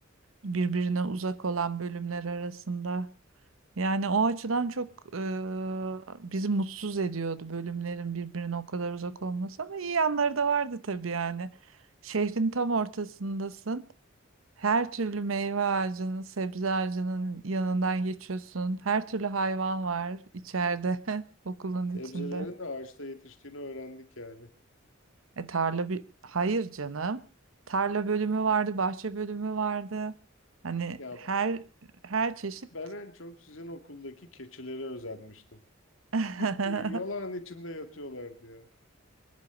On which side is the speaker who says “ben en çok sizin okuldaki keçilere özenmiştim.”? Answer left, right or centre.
Left